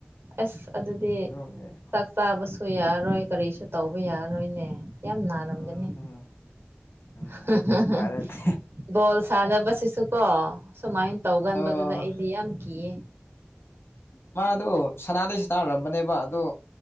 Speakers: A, on the right; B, on the left.
A: ꯑꯁ ꯑꯗꯨꯗꯤ
B: ꯑꯗꯨꯒꯤ
A: ꯆꯥꯕꯁꯨ ꯌꯥꯔꯔꯣꯏ ꯀꯔꯤꯁꯨ ꯇꯧꯕ ꯌꯥꯔꯣꯏꯅꯦ ꯌꯥꯝ ꯅꯥꯔꯝꯒꯅꯤ
B: ꯎꯝ ꯎꯝ ꯎꯝ
A: <unintelligible>
B: ꯎꯄꯥꯏ ꯂꯩꯇꯦ
A: ꯕꯣꯜ ꯁꯥꯟꯅꯕꯁꯤꯁꯨ ꯀꯣ ꯁꯨꯃꯥꯏꯅ ꯇꯧꯒꯟꯕꯗꯨꯗ
B: ꯑꯣ
A: ꯑꯩꯗꯤ ꯌꯥꯝ ꯀꯤꯌꯦ
B: ꯃꯥ ꯑꯗꯨ ꯁꯅꯥꯗꯩꯁꯨ ꯇꯥꯔꯔꯝꯕꯅꯦꯕ ꯑꯗꯨ